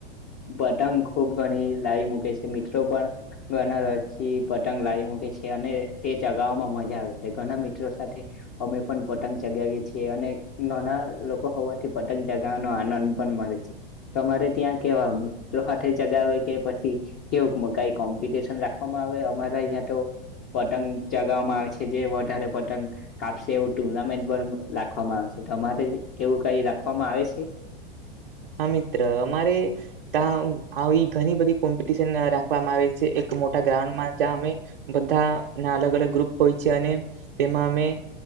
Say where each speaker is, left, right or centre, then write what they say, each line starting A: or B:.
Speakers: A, on the left (about 30°); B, on the right (about 65°).
A: પતંગ ખૂબ ઘણી લાવી મૂકે છે મિત્રો પણ ગના રચી પતંગ લાવી મૂકે છે અને તે ચગાવવામાં મજા આવે છે ઘણા મિત્રો સાથે અમે પણ પતં પતંગ ચગાવીએ છીએ અને નાના લોકો હોવાથી પતંગ ચગાવવાનો આનંદ પણ મળે છે તમારે ત્યાં કેવા મિત્રો હાથે ચગાવે કે પછી કેવું કઈ કોમ્પિટશન રાખવામાં આવે અમારા અહીં તો પતંગ ચગાવામાં આવે છે જે તારો પતંગ કાપશે ઉડ ટુર્નામેન્ટ પણ રાખવામાં આવે છે. તમારે એવું કઈ રાખવામાં આવે છે?
B: હા મિત્ર અમારે તા આવી ઘણી બધી કોમ્પિટશન રાખવામાં આવે છે એક મોટા ગ્રાઉન્ડમાં જ્યાં અમે બધા ના અલગ-અલગ ગ્રુપ હોય છે અને તેમાં અમે